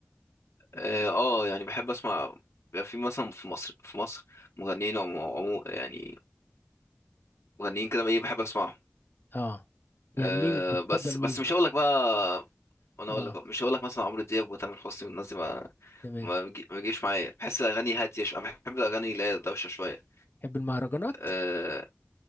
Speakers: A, on the left; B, on the left.
A: اه آه، يعني بحب اسمع بيبقى في مثلا في مصر في مصر مغنيين عمو عمو يعني مغنيين كده ايه بحب اسمعهم
B: اه يعني
A: آه
B: مين بتفضل
A: بس
B: مين
A: بس مش هقول لك بقى انا
B: اه
A: اقول لك مش هقول لك مثلا عمرو دياب وتامر حسني والناس دي ما
B: تمام
A: ما بيجي- ما بيجيش معايا بحس الاغاني هاديه شويه أنا بحب الاغاني اللي هي دوشه شويه
B: تحب المهرجانات
A: آه